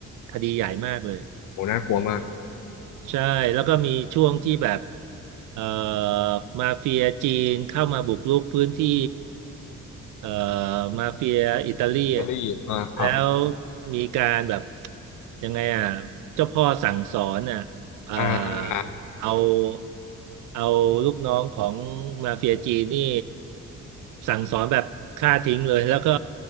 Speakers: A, on the right (about 75°); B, on the left (about 80°).
A: คดีใหญ่มากเลย
B: โหน่ากลัวมาก
A: ใช่แล้วก็มีช่วงที่แบบเอ่อมาเฟียจีนเข้ามาบุกรุกพื้นที่เอ่อมาเฟียอิตาลีอะ
B: เอรีอ่มาครับ
A: แล้วมีการแบบยังไงอ่ะเจ้าพ่อสั่งสอนอ่ะเอ่อ
B: อ่า
A: เอาเอาลูกน้องของมาเฟียจีนนี่สั่งสอนแบบฆ่าทิ้งเลยแล้วก็